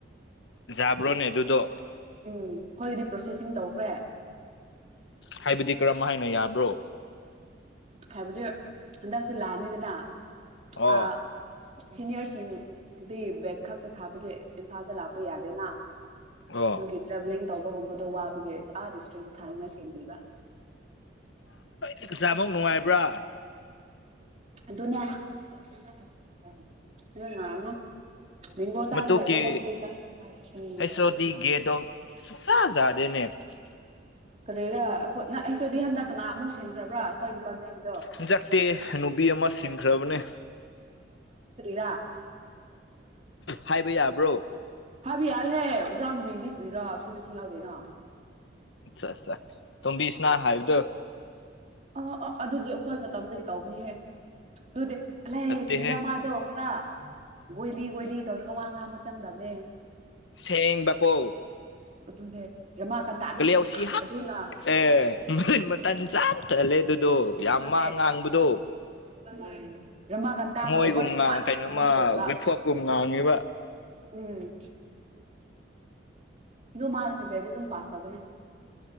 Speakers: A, on the left; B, on the right.
A: ꯖꯥꯕ꯭ꯔꯣꯅꯦ ꯑꯗꯨꯗꯣ
B: ꯎꯝ ꯑꯩꯈꯣꯏꯒꯤꯗꯤ ꯄ꯭ꯔꯣꯁꯦꯁꯤꯡ ꯇꯧꯈ꯭ꯔꯦ
A: ꯍꯥꯏꯕꯗꯤ ꯀꯔꯝ ꯍꯥꯏꯅ ꯌꯥꯕ꯭ꯔꯣ
B: ꯍꯥꯏꯕꯗꯤ ꯍꯟꯗꯛꯁꯦ ꯂꯥꯛꯑꯅꯤꯗꯅ
A: ꯑꯣ
B: ꯑ ꯁꯤꯅꯤꯌꯔꯁꯤꯡꯗꯤ ꯕꯦꯛ ꯈꯛꯇ ꯊꯥꯕꯒꯤ ꯏꯝꯐꯥꯜꯗ ꯂꯥꯛꯄ ꯌꯥꯗꯦꯅꯥ
A: ꯑꯣ
B: ꯗꯨꯒꯤ ꯇ꯭ꯔꯑꯦꯕꯂꯤꯡ ꯇꯧꯕꯒꯨꯝꯕꯗꯣ ꯋꯥꯕꯒꯤ ꯑꯥ ꯗꯤꯁꯇ꯭ꯔꯤꯛꯇ ꯊꯥꯅꯤꯅ ꯁꯦꯝꯕꯤꯕ
A: ꯑꯣꯖꯥꯕꯧ ꯅꯨꯡꯉꯥꯏꯕ꯭ꯔꯥ
B: ꯑꯗꯨꯅ <unintelligible> ꯃꯦꯡꯒꯣ ꯆꯥꯔ
A: ꯃꯇꯨꯀꯤ
B: ꯂꯩꯕ <unintelligible>
A: ꯍꯩꯁ ꯑꯣ ꯗꯤ ꯒꯦꯗꯣ <unintelligible>
B: ꯀꯔꯤꯔꯥ ꯑꯩꯈꯣꯏ ꯅ ꯑꯩꯁꯨꯗꯤ ꯍꯟꯗꯛ ꯀꯅꯥ ꯑꯃꯨꯛ ꯁꯤꯟꯈ꯭ꯔꯕꯔ꯭ꯥ ꯑꯈꯣꯏ ꯗꯤꯄꯥꯔꯠꯃꯦꯟꯒꯤ
A: ꯍꯟꯗꯛꯇꯤ ꯅꯨꯄꯤ ꯑꯃ ꯁꯤꯟꯈ꯭ꯔꯕꯅꯦ
B: <unintelligible> <unintelligible>
A: ꯍꯥꯏꯕ ꯌꯥꯕ꯭ꯔꯣ
B: ꯍꯥꯏꯕ ꯌꯥꯏꯍꯦ ꯑꯣꯖꯥ ꯃꯃꯤꯡꯗꯤ ꯀꯔ꯭ꯤ ꯔꯥ ꯁꯤꯗꯁꯨ ꯌꯥꯎꯗꯦꯅꯥ
A: ꯑꯠꯆꯥ ꯑꯠꯆꯥ ꯇꯣꯝꯕꯤꯁꯅꯥ ꯍꯥꯏꯕꯗꯣ
B: ꯑ ꯑ ꯑꯗꯨꯗꯤ ꯑꯈꯣꯏ ꯃ ꯇꯝꯗꯒꯤ ꯇꯧꯕꯅꯤꯍꯦ ꯑꯗꯨꯗꯤ <unintelligible>
A: ꯅꯠꯇꯦꯍꯦ
B: ꯀ꯭ꯔꯤꯔꯥ ꯃꯥꯗꯣ ꯈꯔ ꯑꯣꯏꯂꯤ ꯑꯣꯏꯂꯤ ꯇꯧꯔꯒ ꯋꯥ ꯉꯥꯡꯕ ꯆꯪꯗꯕꯅꯦ
A: ꯁꯦꯡꯕꯀꯣ
B: ꯑꯗꯨꯅꯦ ꯔꯃꯥ ꯀꯥꯟꯇꯥꯗꯁꯨ
A: ꯀꯂꯦꯎꯁꯤ
B: ꯌꯥꯝ
A: ꯍꯛ
B: ꯑꯗꯨꯅ
A: ꯑꯦ ꯃꯜ ꯃꯇꯟ ꯆꯥ ꯇꯜꯂꯦ ꯑꯗꯨꯗꯣ ꯌꯥꯝ
B: ꯑꯗꯨꯅꯦ
A: ꯃꯥ ꯉꯥꯡꯕꯗꯣ
B: ꯎꯝ ꯔꯃꯥꯀꯟꯇꯥꯅ
A: ꯍꯪꯉꯣꯏꯒꯨꯝ
B: ꯑꯣꯚꯔ ꯏꯁꯃꯥꯔꯠ
A: ꯀꯩꯅꯣꯃ
B: ꯑꯗꯨꯝ ꯑꯣꯏꯕ
A: <unintelligible> ꯐꯣꯞꯀꯨꯝ ꯉꯥꯡꯉꯤꯕ
B: ꯎꯝ ꯑꯗꯣ ꯃꯥꯒꯤ ꯁꯕꯖꯦꯛꯗꯤ ꯑꯗꯨꯝ ꯄꯥꯁ ꯇꯧꯕꯅꯦ